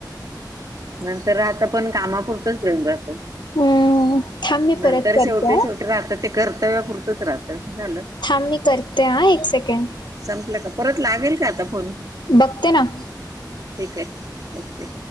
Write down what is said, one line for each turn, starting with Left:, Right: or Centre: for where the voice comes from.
Right: नंतर रहितात. कामांपुरतच प्रेम राहतं.
Left: हम्म थांब मी
Right: नंतर
Left: परत करते
Right: शेवटी
Left: हा.
Right: शेवटी राहतं. ते कर्तव्यापुरतंच राहतं झालं.
Left: थांब मी करते हां करते एक सेकंड.
Right: संपलं कां, परंत लागेल कां आंता फोन.
Left: बघते नां.
Right: ठीक आहे, ओके.